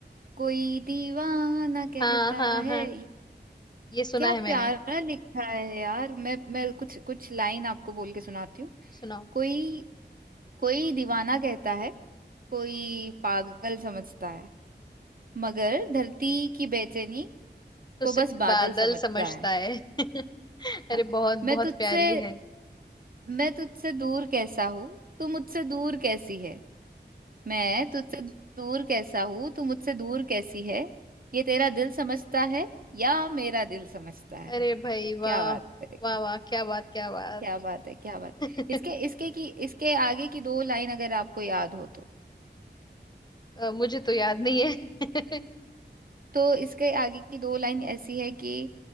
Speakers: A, on the right; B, on the left.
A: कोई दीवाना कहता
B: हाँ हाँ
A: है
B: हाँ
A: ये
B: ये सुना
A: क्या प्यारा
B: है मैंने
A: लिखा है यार मैं मैं कुछ कुछ लाइन आपको बोल के सुनाती हूँ
B: सुनाओ
A: कोई कोई दीवाना कहता है कोई पागल समझता है मगर धरती की बेचैनी
B: तो
A: को
B: सिर्फ
A: बस बादल
B: बादल
A: समझता
B: समझता
A: है
B: है <laughs> अरे
A: <laughs>
B: बहुत
A: मैं
B: बहुत
A: तुझसे
B: प्यारी है
A: मैं तुझसे दूर कैसा हूँ तू मुझसे दूर कैसी है मैं तुझसे दूर कैसा हूँ तू मुझसे दूर कैसी है ये तेरा दिल समझता है या मेरा दिल समझता है
B: अरे भाई वाह
A: क्या बात है
B: वाह वाह क्या बात क्या बात
A: क्या बात है क्या बात
B: <laughs>
A: है इसके इसके की इसके आगे की दो लाइन अगर आपको याद हो तो
B: अ, मुझे तो याद नहीं है <laughs>
A: तो इसके आगे की दो लाइन ऐसी है कि